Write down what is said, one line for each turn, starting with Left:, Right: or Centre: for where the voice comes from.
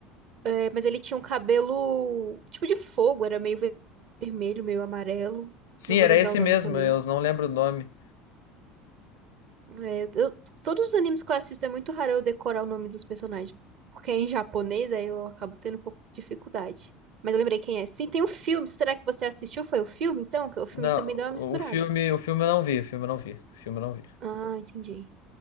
Right: É, mas ele tinha um cabelo tipo de fogo, era meio ver- vermelho, meio amarelo.
Left: Sim,
Right: Não vou
Left: era
Right: lembrar
Left: esse
Right: o nome
Left: mesmo,
Right: também.
Left: eu não lembro o nome.
Right: É, eu, eu- todos os animes que eu assisto é muito raro eu decorar o nome dos personagens. Porque é em japonês, aí eu acabo tendo um pouco de dificuldade. Mas eu lembrei quem é. Sim, tem o filme. Será que você assistiu? Foi o filme, então? Que o filme
Left: Não,
Right: também dá uma misturada.
Left: o o filme, o filme eu não vi, o filme eu não vi, o filme eu não vi.
Right: Ah, entendi.